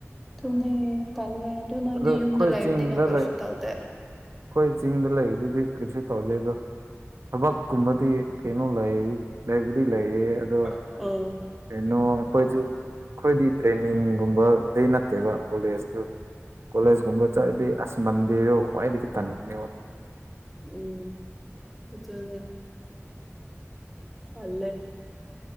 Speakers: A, in the centre; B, on the right (about 60°).
A: ꯑꯗꯨꯅꯦ ꯇꯜꯂꯦ ꯑꯗꯨ ꯅꯣꯏꯗꯤ
B: ꯑꯗꯣ ꯑꯩꯈꯣꯏ
A: ꯌꯨꯝꯗ ꯂꯩꯕꯅꯤꯅ
B: ꯆꯤꯡꯗ
A: ꯀꯩꯁꯨ
B: ꯂꯩ
A: ꯇꯧꯗꯦ
B: ꯑꯩꯈꯣꯏ ꯆꯤꯡꯗ ꯂꯩꯕꯗꯨꯗꯤ ꯀꯩꯁꯨ ꯇꯧꯗꯦ ꯑꯗꯨ ꯊꯕꯛꯀꯨꯝꯕꯗꯤ ꯀꯩꯅꯣ ꯂꯩ ꯂꯩꯕꯨꯗꯤ ꯂꯩꯌꯦ ꯑꯗꯣ
A: ꯑꯥ
B: ꯅꯣ ꯑꯩꯈꯣꯏꯖꯨ ꯑꯩꯈꯣꯏꯗꯤ ꯇ꯭ꯔꯦꯟꯅꯤꯡꯒꯨꯝꯕꯗꯩ ꯅꯠꯇꯦꯕ ꯀꯣꯂꯦꯖꯇꯨ ꯀꯣꯂꯦꯖꯀꯨꯝꯕ ꯆꯠꯂꯗꯤ ꯑꯁ ꯃꯟꯗꯦꯗꯣ ꯈ꯭ꯋꯥꯏꯗꯒꯤ ꯇꯟꯕꯅꯦꯕ
A: ꯎꯝ ꯑꯗꯨꯨꯅꯦ ꯇꯜꯂꯦ